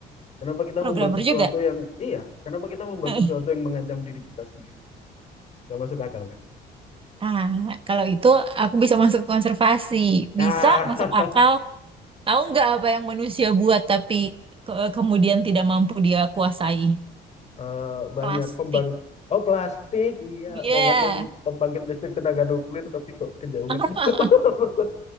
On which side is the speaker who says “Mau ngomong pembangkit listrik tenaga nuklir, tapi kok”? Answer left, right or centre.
Left